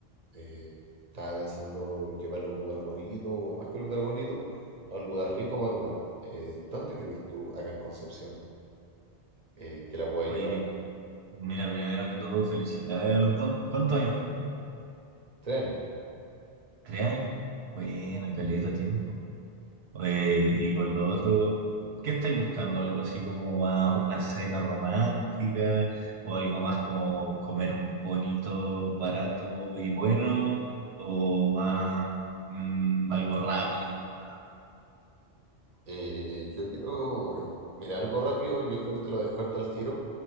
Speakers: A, on the right; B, on the right.
A: Eh, estaba pensando llevarla a un lugar bonito, o más que un lugar bonito, a un lugar rico para comer. Eh, ¿dónde crees tú, acá en Concepción, eh, que la pueda
B: Oye,
A: llevar?
B: mira, primero que todo, felicidades a los dos. ¿Cuántos años cumplen?
A: Tres años.
B: Tres años. Buena, caleta,
A: Sí.
B: tiempo. Oye, y con lo otro, ¿qué estáis buscando? ¿Algo así como más una cena romántica? ¿O algo más como comer bonito, barato y bueno? ¿O más mm, algo rápido nomás?
A: Eh, yo quiero, eh, mira, algo rápido, yo creo que te lo descarto al tiro,